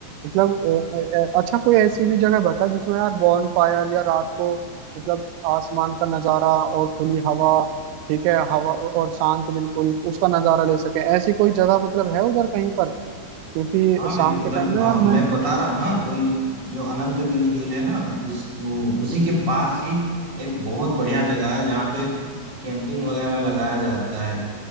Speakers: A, on the right (about 80°); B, on the right (about 30°).
A: मतलब अ, अ, अ, अच्छा कोई ऐसी भी जगह बता जिसमें यार बॉन फायर या रात को मतलब आसमान का नजारा और खुली हवा ठीक है हवा और शांत बिल्कुल उसका नजारा ले सके ऐसी कोई जगह मतलब है उधर कहीं पर क्योंकि
B: हाँ
A: शाम
B: भाई
A: के
B: उधर
A: टाइम
B: हाँ,
A: में यार
B: मैं
A: मैं
B: बता रहा हूँ ना वही जो अनंतगिरी हिल है ना उस वो, उसी के पास ही एक बहुत बढ़िया जगह है जहाँ पे कैंपिंग वगैरह लगाया जाता है